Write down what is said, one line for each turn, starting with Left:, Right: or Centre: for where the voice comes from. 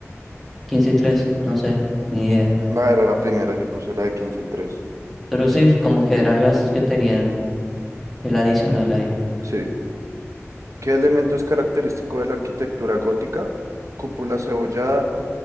Centre: quince y tres no sé, ni idea.
Right: No, era la primera, yo puse la de quince y tres.
Centre: Pero sí, como que eran las que tenían el adicional ahí.
Right: Sí. ¿Qué elemento es característico de la arquitectura gótica? Cúpula cebollada,